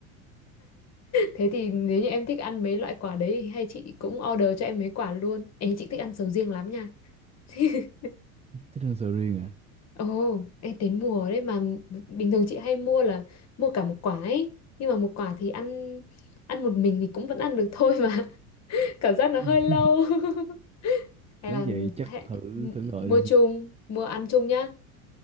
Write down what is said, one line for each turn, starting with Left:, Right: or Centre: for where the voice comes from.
Left: Thế thì nếu như em thích ăn mấy loại quả đấy thì hay chị cũng order cho em mấy quả luôn. em chị thích ăn sầu riêng lắm nha. <laughs>
Right: thích ăn sầu riêng à
Left: Ồ, em đến mùa đấy mà bình thường chị hay mua là mua cả một quả ấy. Nhưng mà một quả thì ăn ăn một mình thì cũng vẫn ăn được thôi mà. <laughs> Cảm giác nó
Right: <laughs>
Left: hơi lâu. <laughs> Hay
Right: nếu
Left: là
Right: vậy chắc
Left: hay,
Right: thử thử gọi
Left: mua chung, mua ăn chung nhá.